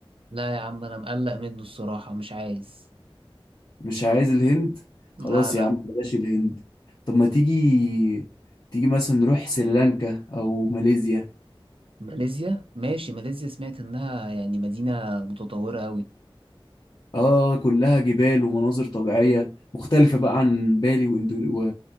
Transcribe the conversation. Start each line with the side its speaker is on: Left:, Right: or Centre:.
Right: لا يا عم أنا مقلق منه الصراحة مش عايز
Left: مش عايز الهند خلاص
Right: لا لا
Left: يا عم بلاش الهند طب ما تيجي تيجي مثلا نروح سريلانكا او ماليزيا
Right: ماليزيا ماشي ماليزيا سمعت إنها يعني مدينة متطورة أوي
Left: اه كلها جبال ومناظر طبيعية مختلفة بقى عن بالي واندو... و...